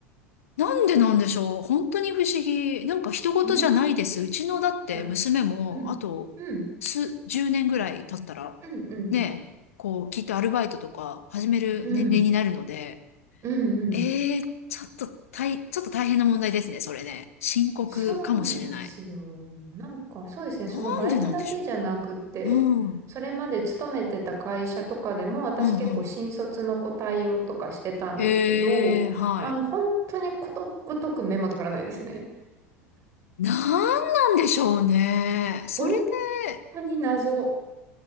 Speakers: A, on the left (about 65°); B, on the right (about 35°).
A: なんでなんでしょう。本当に不思議。なんか人事じゃないです。
B: ね。い
A: うちのだって娘も、
B: や、うん、
A: あと、
B: うん、
A: 数、10年ぐらい経ったら、
B: うん、うん、
A: ね、こう、きっとアルバイトとか始める年齢になるので、
B: うん、うん、うん。
A: ええちょっと大、ちょっと大変な問題ですね、それね。深刻かもしれない。
B: そうなんですよ。なんか、そうですね。
A: なんでなんでしょ
B: そのバイトだけじゃなくって、
A: う。うん、うん、
B: それまで勤めてた会社とかでも、私結構新卒の子対応とかしてたんですけど、
A: うん。ええはい。
B: あの、本当にことごとくメモ取らないですね。
A: なんなんでしょうね。それ
B: 本
A: で、
B: 当に謎。